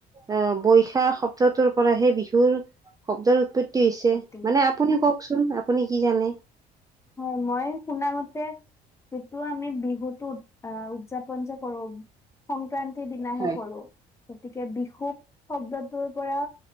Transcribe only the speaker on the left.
উৎপত্তি।
হয় মই শুনামতে যিটো আমি বিহুতোত আহ উদযাপন যে কৰো সংক্ৰান্তিৰ দিনাহে
কৰো। গতিকে বিশুক শব্দটোৰ পৰা